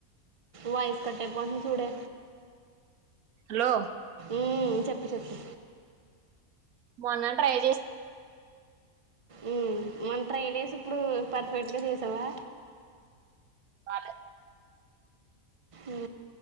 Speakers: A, on the right; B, on the right.
A: వయిస్ కట్టైపోతుంది చూడు
B: హలో
A: ఉమ్ చెప్పు చెప్పు.
B: మొన్న ట్రై చేస్
A: ఊ మొన్న ట్రైచేసి ఇప్పుడు ఫర్ఫెక్ట్గా చేసావా.
B: పాట
A: ఊ